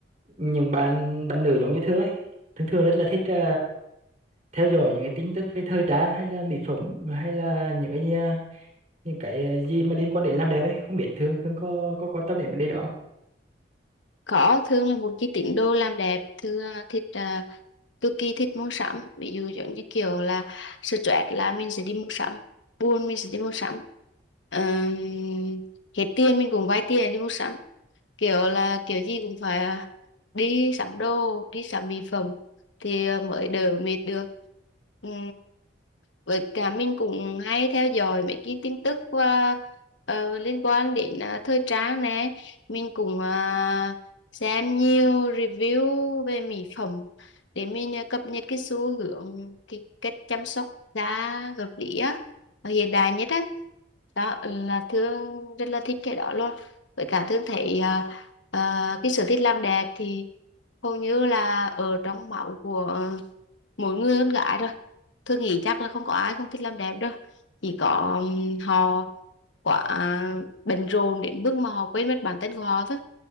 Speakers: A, on the right (about 40°); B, on the left (about 80°).
A: những bạn bạn nữ giống như Thương ấy thường thường rất là thích ờ, theo dõi những cái tin tức về thời trang hay là mỹ phẩm hay là những cái ờ, những cái ờ, gì mà liên quan đến làm đẹp ấy không biết Thương Thương có có quan tâm đến vấn đề đó không?
B: Có, Thương là một cái tín đồ làm đẹp, Thương ờ, thích ờ, cực kỳ thích mua sắm ví dụ giống như kiểu là stress là mình sẽ đi mua sắm buồn mình sẽ đi mua sắm Ờm, hết tiền mình cũng vay tiền để đi mua sắm kiểu là kiểu gì cũng phải à, đi sắm đồ đi sắm mỹ phẩm thì à, mới đỡ mệt được Ừm, với cả mình cũng hay theo dõi mấy cái tin tức à, ờ, liên quan đến à, thời trang nè mình cũng à, xem nhiều review về mỹ phẩm để mình à, cập nhật cái xu hướng cái cách chăm sóc da hợp lý á và hiện đại nhất á đó là thương rất là thích cái đó luôn với cả thương thấy ờ, Ờ, cái sở thích làm đẹp thì hầu như là ở trong máu của ờ, mỗi người con gái rồi tôi nghĩ chắc là không có ai không thích làm đẹp đâu chỉ có ừm, họ quá bận rộn đến mức mà họ quên mất bản thân của họ thôi